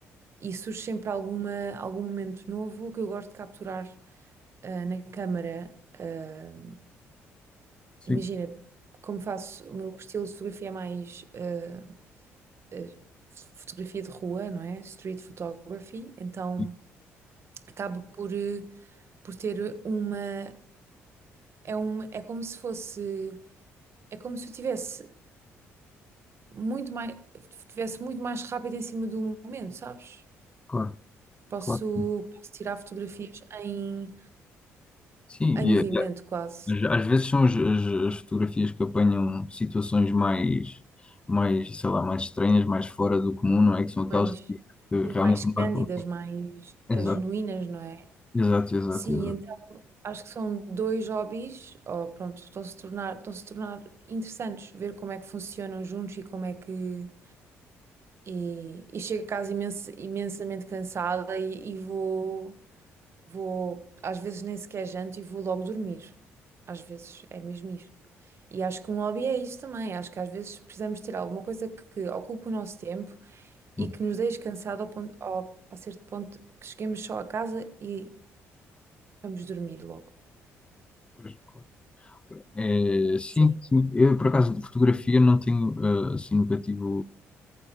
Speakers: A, on the right; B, on the left.
A: e surge sempre alguma, algum momento novo que eu gosto de capturar ah, na câmara. Ah,
B: Sim.
A: imagina, como faço, o meu estilo de fotografia é mais ah, ah, fotografia de rua, não é? Street photography. Então,
B: E,
A: acaba por, eh, por ter uma é, uma. é como se fosse. É como se eu tivesse muito mais. Tivesse muito mais rápido em cima do momento, sabes?
B: Claro,
A: Posso,
B: claro que sim.
A: posso tirar fotografias em,
B: Sim,
A: em
B: e,
A: movimento
B: e,
A: quase.
B: às às vezes são as, as- as fotografias que apanham situações mais, mais, sei lá, mais estranhas, mais fora do comum, não é? Que são aquelas
A: Mais,
B: que, que
A: sim,
B: realmente
A: mais
B: não
A: cândidas,
B: marcam.
A: mais
B: Exato,
A: eh, genuínas, não é?
B: exato, exato,
A: Sim,
B: exato.
A: então acho que são dois hobbies, ou pronto, estão-se a tornar, estão-se a tornar interessantes, ver como é que funcionam juntos e como é que E, e chego a casa imenso- imensamente cansada e, e vou, vou, às vezes nem sequer janto e vou logo dormir. Às vezes é mesmo isto. E acho que um hobby é isto também. Acho que às vezes precisamos ter alguma coisa que ocupe o nosso tempo e
B: Sim,
A: que nos deixe cansado ao ponto, ao, a certo ponto que cheguemos só a casa e vamos dormir logo.
B: pois, claro. É, sim,
A: Sim,
B: sim. Eu, por acaso, de fotografia não tenho, eh, assim, nunca tive